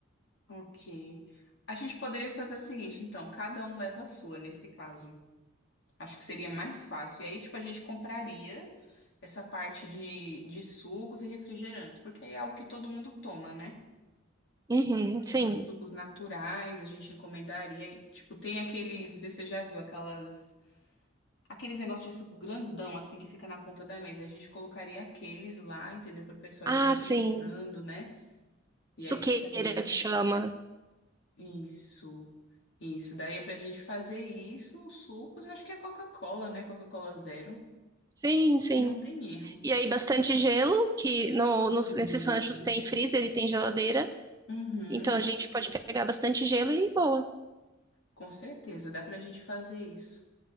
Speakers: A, on the left; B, on the right.
A: Ok. A gente poderia fazer o seguinte, então, cada um leva a sua nesse caso. Acho que seria mais fácil. E aí, tipo, a gente compraria essa parte de, de sucos e refrigerantes, porque aí é algo que todo mundo toma, né?
B: Uhum, sim.
A: Sim, sucos naturais, a gente encomendaria. E, tipo, tem aqueles, não sei se você já viu, aquelas. Aqueles negócios de suco grandão, assim, que fica na ponta da mesa. A gente colocaria aqueles lá, entendeu? Para o pessoal
B: Ah,
A: ir se
B: sim.
A: refrescando, né? E aí
B: Suqueira
A: ficaria.
B: que chama.
A: Isso. Isso. Daria pra gente fazer isso, os sucos, eu acho que é Coca-Cola, né? Coca-Cola zero.
B: Sim, sim.
A: E não tem erro.
B: E aí, bastante gelo, que no, nos-
A: Sim.
B: nesses ranchos tem freezer e tem geladeira.
A: Uhum.
B: Então a gente pode pegar bastante gelo e boa.
A: Com certeza, dá pra gente fazer isso.